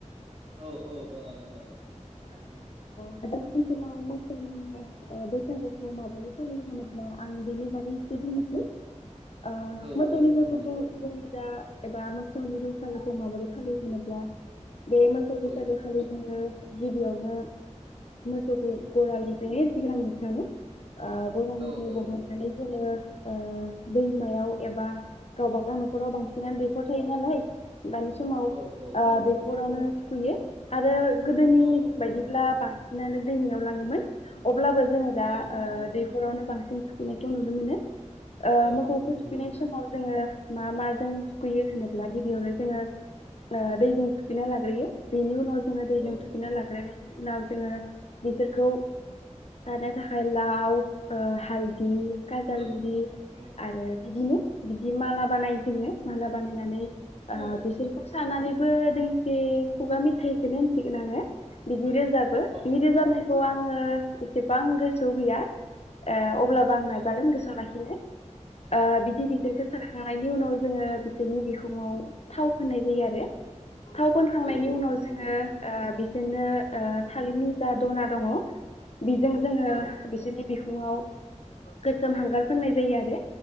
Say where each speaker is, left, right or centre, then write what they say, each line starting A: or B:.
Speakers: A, on the right (about 50°); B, on the left (about 55°).
A: औ औ दङ दङ दङ थारैनो।
B: <inaudible> गोखौ माबोरै फालियो होनोब्ला आं बेनि बारै एसे बुंनोसै। ओ
A: औ
B: मोसौनि
A: औ
B: फोरबोखौ
A: बुंदो हागोन
B: जोंनिजा एबा मोसौनि बैसागोखौ माबोरै फालियो होनोब्ला बे मोसौ बैसागो
A: औ
B: खालि जोङो गिबियावनो मोसौखौ
A: औ
B: गरालनिफायनो <inaudible> ओ गलनिफाय
A: औ औ
B: बहननानै
A: नंगौ
B: जोङो ओ दैमायाव एबा गावबा गाव न नखराव बांसिनानो
A: औ
B: दैखर थायो नालाय। दानि समाव
A: औ औ
B: ओ
A: औ
B: दैखरावनो थुखैयो आरो-' गोदोनि
A: औ औ
B: बायदिब्ला
A: नंगौ
B: बांसिन बिनानै दैमायाव लाङोमोन अब्लाबो जोङो दा
A: औ नंगौ
B: ओ दैखरावनो बांसिन थुखैनायखौ नुनो मोनो ओ
A: औ
B: मोखौखौ
A: नुनो मोनो
B: थुखैनाय
A: थारैनो
B: समाव जोङो मा माजों थुखैयो होनोब्ला गिबियावनो जोङो ओ दैजों थुखैना लाग्रोयो बेनि उनाव जोङो दैजों
A: औ
B: थुखैना
A: नंगौ
B: लाग्रायनायनि उनाव जोङो बिसोरखौ लानो थाख आय लाउ ओ हालदि काजालगुरि
A: औ औ
B: आरो बिदिनो बिदि माला बानायो जोङो माला बानायनानै आ
A: औ
B: बेसोरखौ
A: औ
B: सारनानै बो दोंसे खुगा मेथाइखौनो होनसिगोन आङो बि दि रोजाबो
A: औ
B: बि रोजाबनायखौ आं आङो इसेबां गोसो आव गैया ओ अ ब्लाबो आं नायफागोन
A: औ नंगौ
B: गोसोआव लाखिनो ओ बिदि
A: औ
B: बिसोरखौ
A: औ
B: साराखांनायनि उनाव जोङो बिसोरनि बिखुङाव थाव फोननाय जायो आरो थाव फोनखांनायनि
A: औ
B: उनाव
A: नंगौ
B: जोङो ओ बिस जोङो ओ थालिरनि जा दना दङ बेजों जोङो
A: औ
B: बिनि बिखुङाव गोसोम हांगार फोननाय जायो आरो